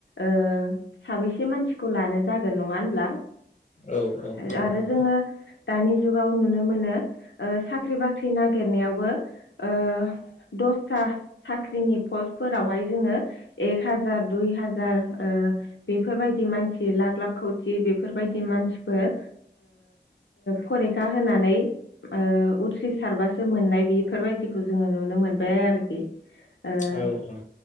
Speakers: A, on the left; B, on the left.
A: ओ साबैसे मानसिखौ लानो जागोन नङा होनब्ला।
B: औ औ
A: आरो
B: नंगौ नोंथां।
A: जोङो दानि जुगाव नुनो मोनो ओ साख्रि बाख्रि नागिरनायावबो ओ दसथा साख्रिनि पस्टफोरावहाय जोङो एक हाजार दुइ हाजार ओ बेफोरबायदि मानसि लाख लाख खौथि बेफोरबायदि मानसिफोर फरिखा होनानै ओ‌उथ्रि सारबासो मोननाय बेफोरबायदिखौ जोङो नुनो मोनबाय आरोखि ओ
B: औ औ